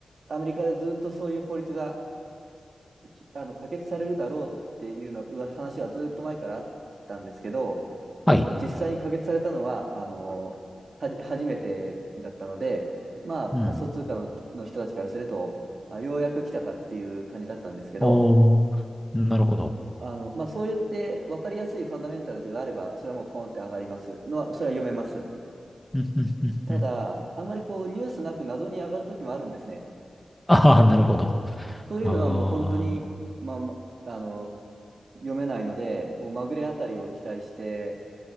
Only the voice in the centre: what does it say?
はい。
うん。
おー。なるほど。
<laughs> うんうんうんうん。
ああ、なるほど。
ああ。